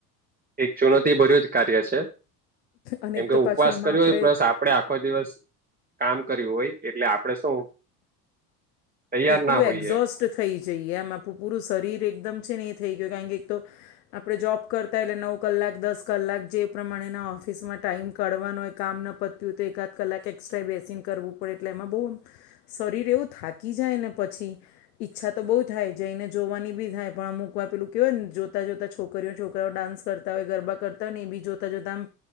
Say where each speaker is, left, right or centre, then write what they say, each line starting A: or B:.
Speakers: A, on the right; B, on the left.
A: એક ચુનતીભર્યું જ કાર્ય છે
B: અને
A: કેમ
B: એક
A: કે
B: તો
A: ઉપવાસ
B: પાછું એમાં
A: કર્યો
B: આપણે
A: પ્લસ આપડે આખો દિવસ કામ કર્યું હોય એટલે આપડે શું તૈયાર
B: એક
A: ના
B: પેલું
A: હોઈએ
B: એક્ઝોસ્ટ થઈ જઈએ એમ આપણું પૂરું શરીર એકદમ છે ને એ થઈ ગયું કારણ કે એક તો આપણે જોબ કરતા એટલે નવ કલાક દસ કલાક જે પ્રમાણેના ઓફિસમાં ટાઈમ કવાનું હોય કામ ન પત્યું હોય તો એકાદ કલાક એક્સ્ટ્રા બેસીને કરવું પડે એટલે એમાં બહુ શરીર એવું થાકી જાય ને પછી ઈચ્છા તો બહુ થાય જઈને જોવાની બી થાય પણ અમુક વા પેલું કેહેવાય ને જોતા જોતા છોકરા છોકરીઓ છોકરાઓાન્સ કરતા હોય ગરબા કરતા હોય ને એ બી જોતા જોતા આમ